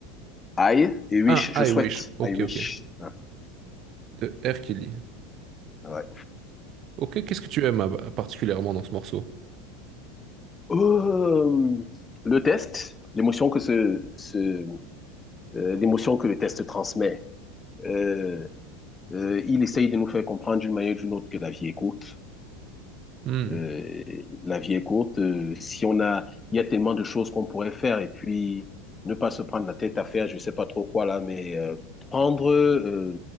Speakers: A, on the left; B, on the right.
A: I et wish,
B: Ah,
A: je
B: I
A: souhaite.
B: Wish, ok,
A: I wish.
B: ok,
A: Hein,
B: de R. Kelly.
A: Ouais.
B: Ok, qu'est-ce que tu aimes euh, particulièrement dans ce morceau?
A: Euh, le test, l'émotion que ce, ce, euh, l'émotion que le test transmet. Euh, euh, il essaye de nous faire comprendre d'une manière ou d'une autre que la vie est courte
B: Hmm.
A: Euh, la vie est courte. Euh, si on a, il y a tellement de choses qu'on pourrait faire et puis ne pas se prendre la tête à faire, je sais pas trop quoi là, mais euh, prendre, euh,